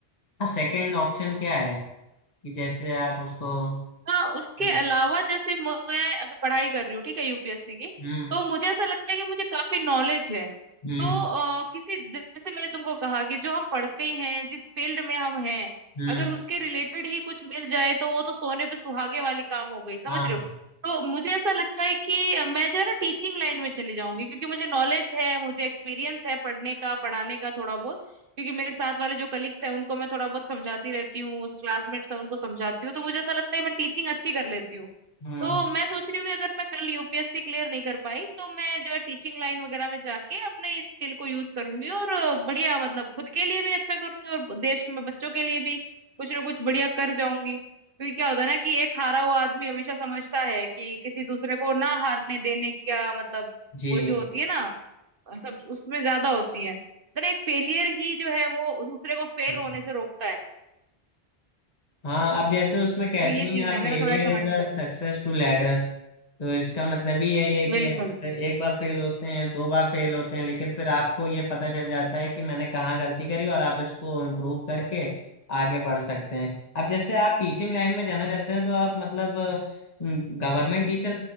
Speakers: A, on the left; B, on the right.
A: सेकंड ऑप्शन क्या है कि जैसे आप उसको
B: हाँ उसके
A: करना-
B: अलावा जैसे मैं अभी पढ़ाई कर रही हूँ ठीक है यूपीएससी की
A: हम्म
B: तो मुझे ऐसा लगता है कि मुझे काफी नॉलेज है
A: हम्म
B: तो अ, किसी जैसे मैंने तुमको कहा कि जो हम पढ़ते हैं जिस फील्ड में हम हैं
A: हम्म
B: अगर उसके रिलेटेड ही कुछ मिल जाए तो वो तो सोने पे सुहागे वाली काम हो गई समझ
A: हाँ
B: रहे हो तो मुझे ऐसा लगता है कि मैं जो है ना टीचिंग लाइन में चली जाऊंगी क्योंकि मुझे नॉलेज है मुझे एक्सपीरियंस है पढ़ने का पढ़ाने का थोड़ा बहुत क्योंकि मेरे साथ वाले जो कलीग्स हैं उनको मैं थोड़ा बहुत समझाती रहती हूँ क्लासमेट्स हैं उनको समझाती हूँ तो मुझे ऐसा लगता है मैं टीचिंग अच्छी कर लेती हूँ
A: हम्म
B: तो मैं सोच रही हूँ कि अगर मैं कल यूपीएससी clear नहीं कर पाई तो मैं जो है टीचिंग लाइन वगैरह में जाके अपने इस स्किल को यूज करूंगी और अ, बढ़िया मतलब खुद के लिए भी अच्छा करूंगी और देश में बच्चों के लिए भी कुछ ना कुछ बढ़िया कर जाऊंगी क्योंकि क्या होता है ना कि एक हारा हुआ आदमी हमेशा समझता है कि किसी दूसरे को ना हारने देने का मतलब
A: जी
B: वो जो होती है ना सब उसमें ज्यादा होती है तो ना, एक फेलियर ही जो है वो दूसरे को फेल
A: हम्म।
B: होने से रोकता है
A: हाँ अब जैसे उसमें कहते
B: तो ये
A: हैं
B: चीज
A: आप
B: है
A: failure
B: मेरा थोड़ा ऐसा
A: is
B: माइंड
A: a
B: सेट
A: success
B: है
A: to ladder तो इसका मतलब ही यही है कि
B: बिल्कुल
A: आप एक बार फेल होते हैं दो बार फेल होते हैं लेकिन फिर आपको ये पता चल जाता है कि मैंने कहाँ गलती करी और आप इसको इम्प्रूव करके आगे बढ़ सकते हैं अब जैसे आप टीचिंग लाइन में जाना चाहते हैं तो आप मतलब गवर्नमेंट टीचर